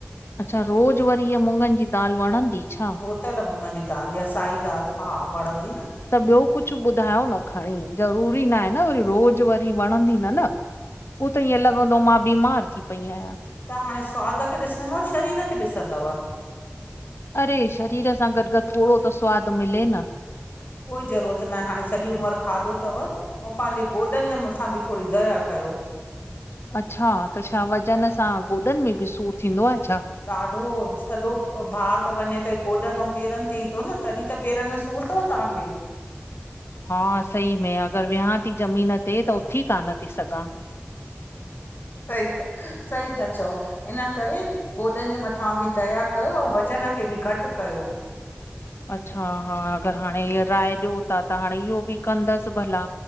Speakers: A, on the left; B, on the left.
A: अच्छा, रोज़ु वरी इ ईअं मुङनि जी दालि वणंदी छा।
B: धोतल मुङनि जी दालि या साई दालि खा वणंदी न।
A: त ॿियो कुछु ॿुधायो न खणी ज़रूरी नाहे न वरी रोज़ु वरी वणंदी न न। पो त ईअं लॻंदो, मां बीमार थी पई आहियां।
B: त हाणे सवाद खे ॾिसंदव शरीर खे ॾिसंदव।
A: अरे, शरीर सां गॾु गॾु थोरो त सवादु मिले न।
B: कोई ज़रूरत न आहे हाणे सॼी उमिरि खादो तव। ऐं पांजे गोॾनि जे मथां बि थोरी दया कयो।
A: अच्छा, त छा वज़न सां गोॾनि में बि सूरु थींदो आ छा?
B: ॾाढो सॼो भारु त वञे त गोॾनि ऐं पेरनि ते ई तो न तॾी त पेरनि में सूर तो तांजे?
A: हा, सही में अगरि वेहां ती ज़मीन ते त उथी कान थी सघां।
B: सई त, सही ता चओ। इन करे गोॾनि जे मथां बि दया कयो, ऐं वज़न खे बि घटि कयो।
A: अच्छा हा, अगरि हाणे हीअ राय ॾियो ता त हाणे इहो बि कंदसि भला।